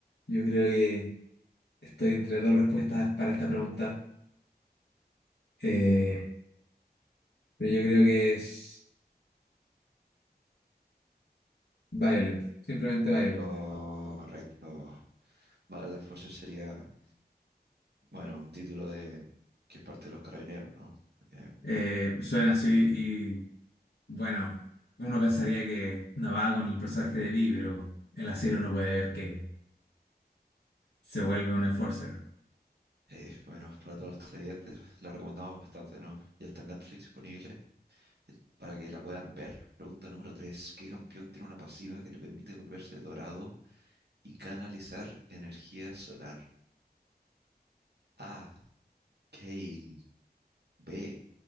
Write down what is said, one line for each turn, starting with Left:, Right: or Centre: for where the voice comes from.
Left: Yo creo que estoy entre dos respuestas para esta pregunta. Eh, pero yo creo que es Violet, simplemente Violet.
Right: Correcto. Violet Enforcer sería, bueno, un título de que es parte de los carabineros, ¿no? Em,
Left: Eh, suena así y bueno, uno pensaría que no va con el personaje de Vi, pero en la serie uno puede ver que se vuelve un enforcer.
Right: Eh, bueno, para todos los televidentes la recomendamos bastante, ¿no? Ya está en Netflix disponible eh, para que la puedan ver. Pregunta número 3: ¿Qué campeón tiene una pasiva que le permite volverse dorado y canalizar energía solar? A. Kale. B.